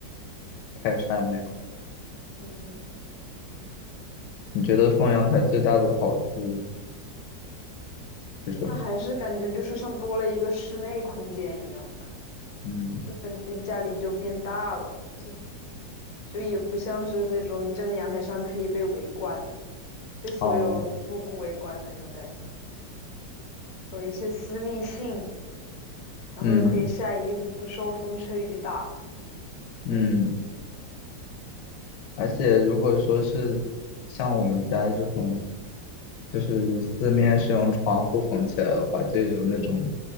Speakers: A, on the left; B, on the left.
A: 太善良。
B: 嗯，
A: 你觉得放阳台最大的好处是什么？
B: 那还是感觉就是像多了一个室内空间一样。
A: 嗯，
B: 这本就感觉家里就变大了，就就也不像是那种你站在阳台上可以被围观，被所有住户围观的那种感觉，
A: 哦，
B: 有一些私密性，然后又可以晒衣服，
A: 嗯
B: 不受风吹雨打，
A: 嗯。
B: 这样。
A: 而且如果说是像我们家这种，就是四面是用窗户缝起来的话，就有那种